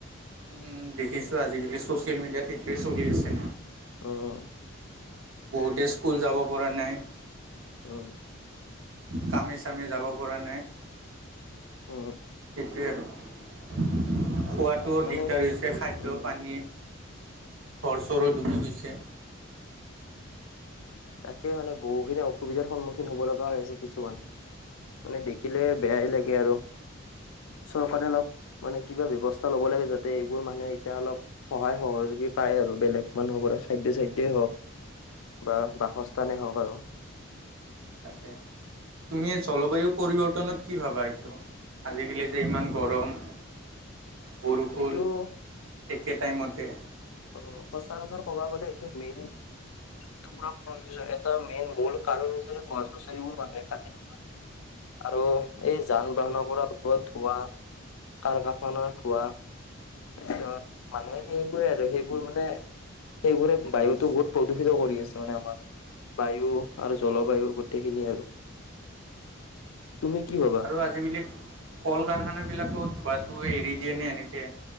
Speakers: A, on the right; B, on the left.
A: উম, দেখিছো আজিকালি চ'চিয়েল মিডিয়াত সেইটোৱে চলি আছে।
B: উম
A: বহুতে স্কুল যাব পৰা নাই।
B: উম।
A: কামে চামে যাব পৰা নাই।
B: উম
A: সেইোৱে আৰু খোৱা খোৱাটো
B: মানে
A: দিগদাৰ হৈছে খাদ্য
B: উম
A: পানী ঘৰ চৰো ডুবি গৈছে।
B: তাকে মানে বহুখিনি অসুবিধাৰ সন্মুখীন হ'ব লগা হৈছে কিছু মানুহ। মানে দেখিলে বেয়াই লাগে আৰু চৰকাৰে অলপ মানে কিবা ব্যৱস্থা ল'ব লাগে যাতে এইবোৰ মানুহে এতিয়া অলপ সহায় সহযোগী পায় আৰু বেলেগ মানুহৰ পৰা খাদ্যয় চাদ্যয়েই হওঁক বা বাসস্থানেই হওঁক আৰু।
A: তাকে। তুমি জলবায়ু পৰিৱৰ্তনত কি ভাবা এইটো? আজিকালি যে ইমান গৰম। বৰষুণ
B: এইটো
A: একে টাইমতে।
B: অ', সচৰাচৰ ক'ব গ'লে এইটো মেইন জন্তু পুৰা প্ৰয়োজন এটা মেইন মূল কাৰণ হৈছে গছ গছনিবোৰ মানুহে কাটি থকা আৰু এই যান বাহনৰ পৰা ওলোৱা ধোঁৱা কাৰ কাৰখানাৰ ধোঁৱা। তাৰপিছত মানুহে সেইবোৰে আৰু সেইবোৰ মানে সেইবোৰে বায়ুতো বহুত প্ৰদূষিত কৰি আছে মানে আমাৰ বায়ু আৰু জলবায়ু গোটেইখিনি আৰু। তুমি কি ভাবা
A: আজি কালি কল কাৰখানাবিলাকত ধোৱাটো এৰি দিয়েনে এনেকে